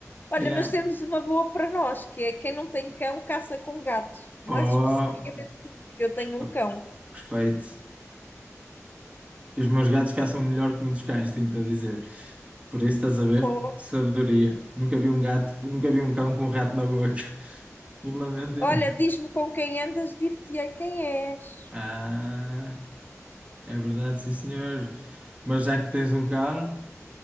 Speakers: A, on the left (about 35°); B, on the right (about 25°).
A: Olha,
B: já.
A: mas temos uma boa para nós, que é quem não tem cão, caça com gato. Mais
B: Oh,
A: especificamente tu, porque eu
B: perfe-
A: tenho um cão.
B: perfeito. E os meus gatos caçam melhor que muitos cães, tenho-te a dizer. Por isso estás a ver?
A: Oh,
B: Sabedoria. Nunca vi um gato, nunca vi um cão com um rato na boca. <laughs> Lamento.
A: olha, diz-me com quem andas, dir-te-ei quem és.
B: Ah, é verdade, sim senhor. Mas já que tens um cão,